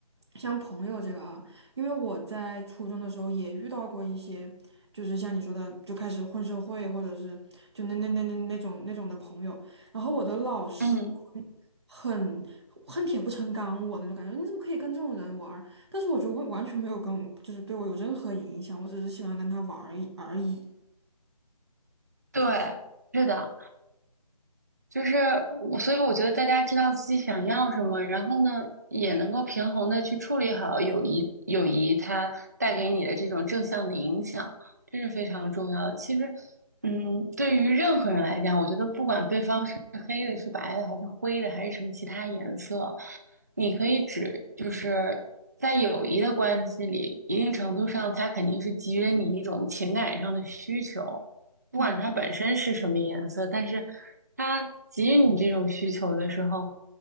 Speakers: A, on the right; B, on the right.
A: 像朋友这个啊，因为我在初中的时候也遇到过一些，就是像你说的，就开始混社会或者是就那那那那那种那种的朋友。然后我的老师就会很恨铁不成钢我那种感觉，
B: 嗯，
A: 你怎么可以跟这种人玩儿但是我觉得完完全没有跟，就是对我有任何影响，我只是喜欢跟他玩儿一而已。
B: 对，是的，就是我，所以我觉得大家知道自己想要什么，然后呢，也能够平衡的去处理好友谊，友谊它带给你的这种正向的影响，这是非常重要的。其实，嗯，对于任何人来讲，我觉得不管对方是黑的、是白的，还是灰的，还是什么其他颜色，你可以指，就是在友谊的关系里，一定程度上，它肯定是给予了你一种情感上的需求。
A: 嗯。
B: 不管它本身是什么颜色，但是它给予你这种需求的时候，